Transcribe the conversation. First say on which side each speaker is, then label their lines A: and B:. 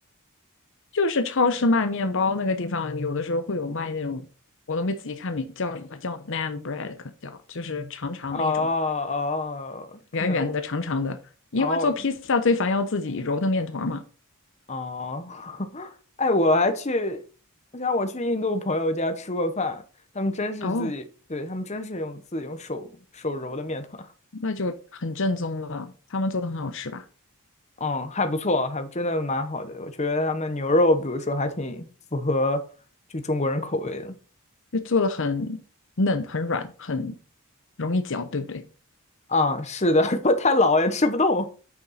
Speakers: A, on the left; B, on the left.
A: 就是超市卖面包那个地方，有的时候会有卖那种，我都没仔细看名叫什么，叫 naan bread，可能叫就是长长的一种。
B: 哦哦，可能
A: 圆圆的、长长的，因为做披萨最烦要自己揉的面团儿嘛。
B: 哦哦，<laughs> 哎，我还去，我想我去印度朋友家吃过饭，他们真是自己，
A: 哦，
B: 对，他们真是用自己用手手揉的面团，
A: 那就很正宗了，他们做的很好吃吧？
B: <laughs> 嗯，还不错，还真的蛮好的，我觉得他们牛肉，比如说还挺符合就中国人口味的，
A: 就做的很嫩、很软、很容易嚼，对不对？
B: 啊、是的，<laughs> 如果太老也吃不动，